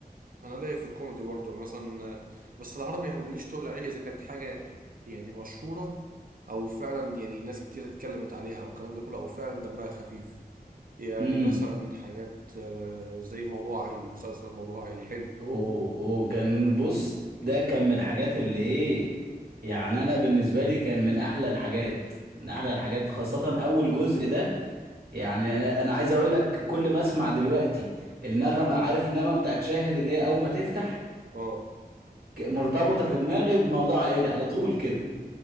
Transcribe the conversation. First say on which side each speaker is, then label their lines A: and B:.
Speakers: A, on the right; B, on the right.
A: انا ليا في الكوميدي برضه مثلا بس العربي يعني ماليش تقول عليه اذا كانت حاجه يعني مشهوره او فعلا يعني ناس كتير اتكلمت عليها والكلام ده كله او فعلا دمها خفيف يعني
B: امم
A: مثلا حاجات آه، زي موضوع عائلي مسلسل موضوع عائلي حلو
B: وكان
A: تمام
B: بص ده كان من الحاجات اللي ايه يعني انا بالنسبه لي كان من احلى الحاجات من احلى الحاجات خاصه اول جزء ده يعني انا انا عايز اقول لك كل ما اسمع دلوقتي النغمه عارف النغمه بتاعت شاهد اللي هي اول ما تفتح
A: اه
B: ك- مرتبطه في دماغي بموضوع عائلي على طول كده